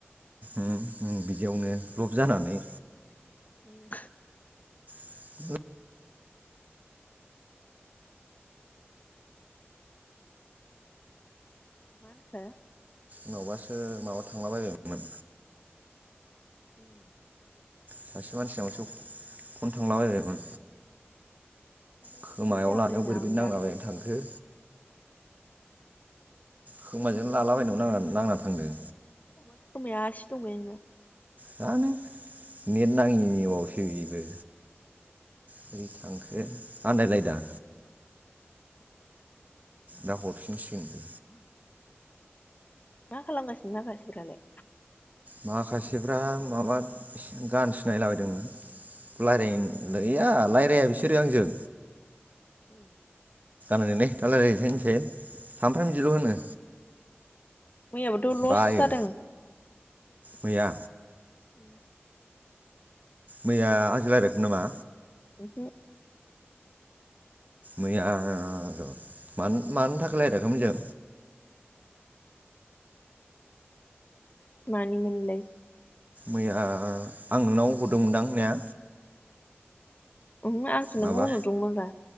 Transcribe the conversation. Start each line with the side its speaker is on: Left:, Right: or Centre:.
Right: उम उम बिदियावनो लब जानानै
Left: उम
Right: <unintelligible>
Left: मा होनखो?
Right: नावबासो माबा थांलाबायबायोमोन
Left: उम
Right: सासे मानसिनाव सोब फन थांलाबायबायमोन।
Left: ओंखानथ'
Right: खोमायाव
Left: सिरि
Right: लानायाव बोरैबा
Left: <unintelligible> आं
Right: नांलाबायनानै
Left: दन बायसो
Right: थांखो
Left: नामा नंदों।
Right: खोमाजोंनो लालाबायनायाव नांना नांना थांदों।
Left: खोमोद खोमाया आसि दं बे नोंना।
Right: दानो नेट नाङियावसो बेबो बोरै थांखो आन्दायलायदां दा हरफिनसिगोन बि
Left: <inaudible> मा खालामगासिनो माखासिफ्रालाय?
Right: माखासेफ्रा माबा गान सिनायलाबायदोंमोन रायज्लाय गैया रायज्लाया बिसोरो आंजों
Left: उम
Right: ओरैनो दा रायलायनोसै होनसै सामफ्रामबो बिदिल' होनो।
Left: मैयाबोथ' लस
Right: बायो
Left: जादों
Right: मैया
Left: उम
Right: मैया आंजों रायलायाखैमोन नामा?
Left: उमहो
Right: मैया र' मानो मानो थाखाय लायरायाखैमोन जों
Left: मानि मोनलाय?
Right: मैया आं नोंनाव हरदोंमोनदां ना?
Left: ओंहो आंसो
Right: माबा
Left: नोंखौ होनहरदोंमोन रा।